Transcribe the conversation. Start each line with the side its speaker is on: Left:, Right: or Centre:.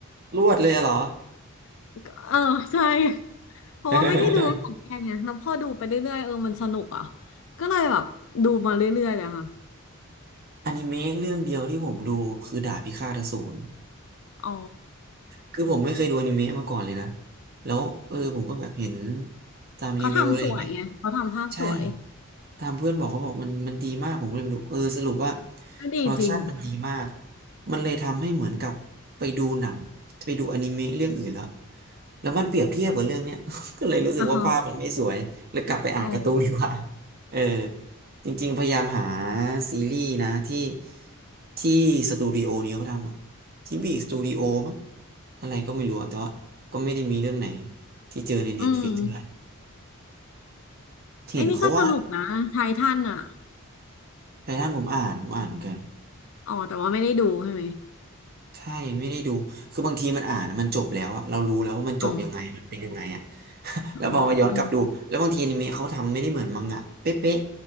Right: รวดเลยอะเหรอ
Left: <laughs> เออใช่เพราะว่าไม่ได้ดูตั้งแต่แรกไงแล้วพอดูไปเรื่อยๆเออมันสนุกอ่ะ
Right: <laughs>
Left: ก็เลยแบบดูมาเรื่อยๆเลยค่ะ
Right: อนิเมะเรื่องเดียวที่ผมดูคือดาบพิฆาตอสูร
Left: อ๋อ
Right: คือผมไม่เคยดูอนิเมะมาก่อนเลยนะแล้วเออผมก็แบบเห็นตามรีวิวอะไรอย่างเงี้ย
Left: เขาทำสวยไงเขาทำภาพสวย
Right: ใช่ตามเพื่อนบอกเขาบอกมันมันดีมากผมก็เลยไปดูเออสรุปว่า
Left: ก็ดีจริง
Right: โปรดักชันมันดีมากมันเลยทำให้เหมือนกับไปดูหนังไปดูอนิเมะเรื่องอื่นแล้วแล้วมันเปรียบเทียบกับเรื่องเนี้ย <laughs> ก็เลยรู้สึกว่าภาพมันไม่สวยเลยกลับไปอ่านการ์ตูนดีกว่า
Left: อ่ะฮะอ๋อ
Right: เออจริงๆพยายามหาซีรีส์นะที่ที่สตูดิโอนี้เขาทำอะที่บีสตูดิโอมั้งอะไรก็ไม่รู้อะแต่ว่าก็ไม่ได้มีเรื่องไหนที่เจอในเน็ตฟลิกเท่าไหร่
Left: อืม
Right: เห็นเขาว่า
Left: ไอ้นี่ก็สนุกนะไททันอ่ะ
Right: ไททันผมอ่านผมอ่านเหมือนกัน
Left: อ๋อแต่ว่าไม่ได้ดูใช่ไหม
Right: ใช่ไม่ได้ดูคือบางทีมันอ่านอะมันจบแล้วอะเรารู้แล้วว่ามันจบยังไงมันเป็นยังไงอะ
Left: อ๋อ
Right: <laughs>
Left: อ๋อ
Right: แล้วพอมาย้อนกลับดูแล้วบางทีอนิเมะเขาทำไม่ได้เหมือนมังงะเป๊ะ